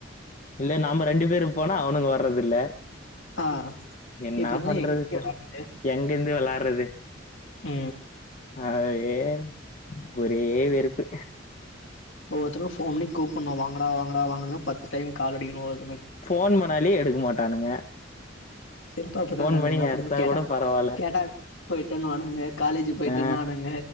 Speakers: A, on the left; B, on the left.
A: இல்ல நாம ரெண்டு பேரு போனா அவனுங்க வர்றது இல்ல
B: ஆ
A: என்னா
B: இப்டினா
A: பண்றது
B: எங்க
A: போ
B: வெளாட்றது?
A: எங்கந்து விளாடுறது
B: உ
A: அ ஏன் ஒரே வெறுப்பு
B: ஒவ்வொருத்தருக்கு ஃபோன் பண்ணி கூப்பிண்ணு வாங்கடா வாங்கடா வாங்க பத்து டைம் கால் அடிக்கணு ஒரு
A: ஃபோன் பண்ணாலே எடுக்க மாட்டானுங்க
B: சிறப்பா அப்டிதா
A: ஃபோன்
B: கெடயாது
A: பண்ணி
B: என்ன
A: எடுத்தா
B: பண்ண கேட்டா
A: கூட பரவாயில்ல
B: கேட்டா போயிட்டேன்னுவானுங்க காலேஜ் போயிட்டேன்னுவானுங்க
A: அ